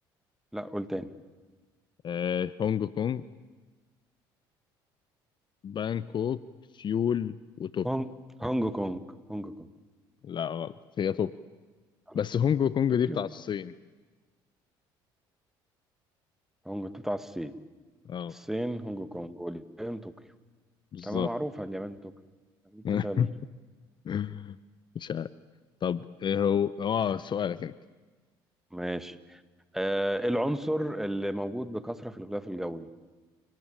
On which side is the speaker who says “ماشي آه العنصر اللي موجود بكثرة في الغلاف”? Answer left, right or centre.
Centre